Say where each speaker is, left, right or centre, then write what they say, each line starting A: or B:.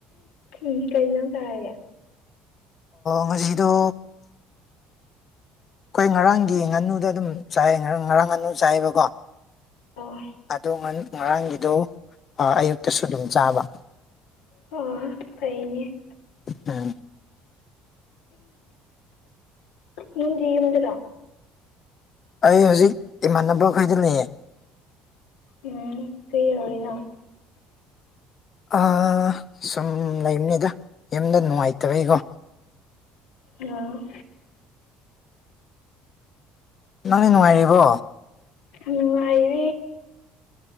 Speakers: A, on the left; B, on the left.
A: ꯎꯝ ꯀꯩꯟꯖꯥꯡ ꯆꯥꯔꯒꯦ
B: ꯉꯁꯤꯗꯣ ꯑꯩꯈꯣꯏ ꯉꯔꯥꯡꯒꯤ ꯉꯥꯅꯨꯗ ꯑꯗꯨꯝ ꯆꯥꯏ ꯉꯔꯥꯡ ꯉꯔꯥꯡ ꯉꯥꯅꯨ ꯆꯥꯏꯕꯀꯣ
A: ꯑꯣ
B: ꯑꯗꯣ ꯉꯔꯥꯡꯒꯤꯗꯣ ꯑꯌꯨꯛꯇꯁꯨ ꯑꯗꯨꯝ ꯆꯥꯕ
A: ꯑꯣ ꯐꯩꯅꯦ
B: ꯎꯝ
A: ꯅꯡꯗꯦ ꯌꯨꯝꯗꯔꯥ
B: ꯑꯩ ꯍꯧꯖꯤꯛ ꯏꯃꯥꯟꯅꯕꯈꯩꯗ ꯂꯩꯌꯦ
A: ꯎꯝ ꯀꯩꯗꯧꯔꯤꯅꯣ
B: ꯑ ꯁꯨꯝ ꯂꯩꯕꯅꯤꯗ ꯌꯦꯡꯕ ꯅꯨꯡꯉꯥꯏꯇꯕꯩꯀꯣ
A: ꯑꯝ
B: ꯅꯪꯒ ꯅꯨꯡꯉꯥꯏꯔꯤꯕꯣ
A: ꯅꯨꯉꯥꯏꯔꯤ